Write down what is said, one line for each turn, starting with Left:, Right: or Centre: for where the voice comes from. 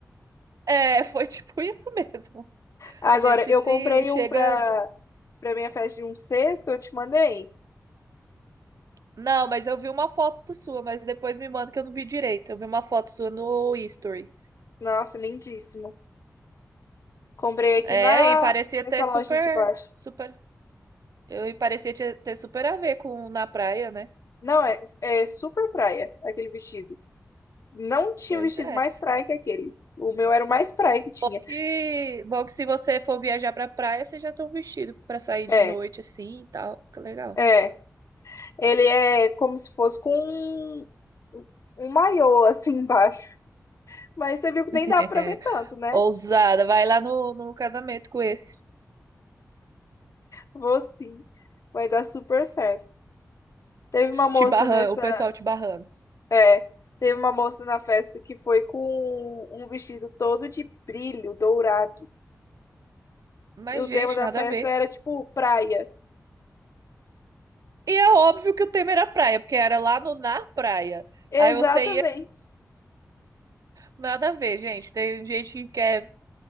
Right: É, foi <laughs> tipo isso mesmo.
Left: Agora,
Right: A gente
Left: eu
Right: se
Left: comprei
Right: chega.
Left: um pra, pra minha festa de um sexto, eu te mandei.
Right: Não, mas eu vi uma foto sua, mas depois me manda que eu não vi direito. Eu vi uma foto sua no History.
Left: Nossa, lindíssimo. Comprei aqui
Right: É,
Left: na,
Right: e parecia
Left: nessa
Right: ter
Left: loja
Right: super,
Left: de baixo.
Right: super. Eu, e parecia ter ter super a ver com na praia, né?
Left: Não, é, é super praia aquele vestido. Não tinha
Right: Pois
Left: vestido
Right: é.
Left: mais praia que aquele. O meu era o mais praia que tinha.
Right: Que bom que se você for viajar pra praia, você já tá vestido pra sair
Left: É,
Right: de noite assim e tal. Fica legal.
Left: é. Ele é como se fosse com um, um maiô assim embaixo. Mas você viu que
Right: <laughs>
Left: nem dava pra ver tanto, né?
Right: Ousada, vai lá no, no casamento com esse.
Left: Vou sim. Vai dar super certo. Teve uma moça
Right: Te barrando,
Left: nessa.
Right: o pessoal te barrando.
Left: É, teve uma moça na festa que foi com um vestido todo de brilho dourado.
Right: Mas,
Left: E o
Right: gente,
Left: tema da
Right: nada
Left: festa
Right: a ver.
Left: era tipo praia.
Right: E é óbvio que o tema era praia, porque era lá no na praia.
Left: Exatamente.
Right: Aí você ia, nada a ver, gente. Tem gente que quer,